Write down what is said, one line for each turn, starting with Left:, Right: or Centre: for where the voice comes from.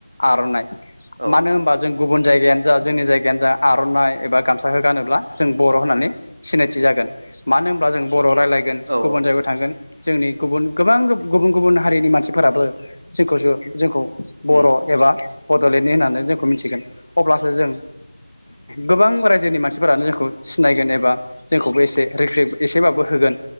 Left: आर'नाइ । मानो
Right: औ
Left: होनोमबा जों गुबुन जायगायानो जा जोंनि जायगायानो जा आर'नाइ एबा गामसाखौ गानोब्ला जों बर' होननानै सिनायथि जागोन मानो होनोब्ला जों बर' रायज्लायगोन
Right: औ
Left: गुबुन
Right: औ
Left: जायगायाव थांगोन । जोंनि गुबुन गोबां गुब' गुबुन गुबुन हारिनि मानसिफोराबो जोंखौसो जोंखौ बर'
Right: उम
Left: एबा बड'लेण्डनि होननानै जोंखौ मिथिगोन अब्लासो जों गोबां रायजोनि मानसिफोरानो जोंखौ सिनायगोन एबा जोंखौबो एसे रिस्पेक्ट एसेबाबो होगोन